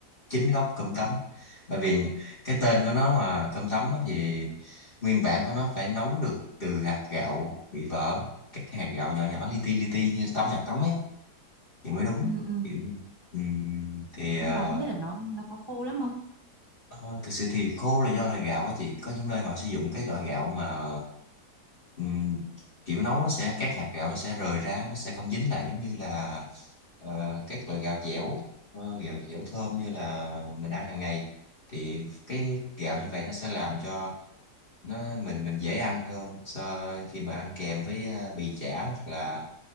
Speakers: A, on the left (about 35°); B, on the right (about 20°).
A: chính gốc cơm tấm. Bởi vì cái tên của nó mà cơm tấm á, thì nguyên bản của nó phải nấu được từ hạt gạo bị vỡ, các hạt gạo nhỏ nhỏ li ti li ti như tấm hạt tấm ấy thì mới đúng.
B: Ừ, ừ.
A: Kiểu, ừm, thì
B: Ăn
A: ờ,
B: vào không biết là nó nó có khô lắm không?
A: Ờ, thực sự thì khô là do loại gạo á chị có những nơi họ sử dụng cái loại gạo mà ừm, kiểu nấu nó sẽ các hạt gạo nó sẽ rời ra nó sẽ không dính lại giống như là ờ, các loại gạo dẻo ờ, gạo dẻo thơm như là mình ăn hàng ngày thì cái gạo như vậy nó sẽ làm cho nó mình mình dễ ăn hơn so khi mà ăn kèm với à, bì chả hoặc là